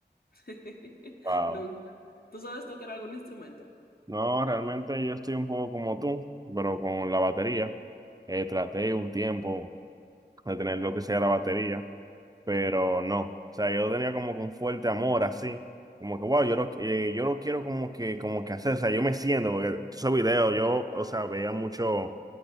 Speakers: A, on the left (about 55°); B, on the right (about 20°).
A: <laughs>
B: Wow.
A: Nunca. ¿Tú sabes tocar algún instrumento?
B: No, realmente yo estoy un poco como tú, pero con la batería. Eh, traté un tiempo de tener lo que sea la batería, pero no. O sea, yo tenía como que un fuerte amor así, como que, wow, yo lo, eh, yo lo quiero como que, como que hacer, o sea, yo me siento, porque esos videos, yo, o sea, veía mucho,